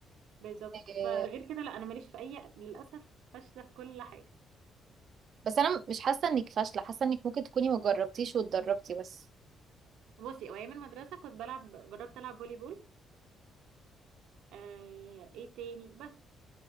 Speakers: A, on the right (about 85°); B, on the right (about 60°).
A: بالظبط
B: آه،
A: فغير كده لا انا ماليش في اي للاسف فاشله في كل حاجه
B: بس انا مش حاسة انك فاشلة حاسة انك ممكن تكوني مجربتيش واتدربتي بس
A: بصي هو ايام المدرسه كنت بلعب جربت العب فولي بول آه ايه تاني بس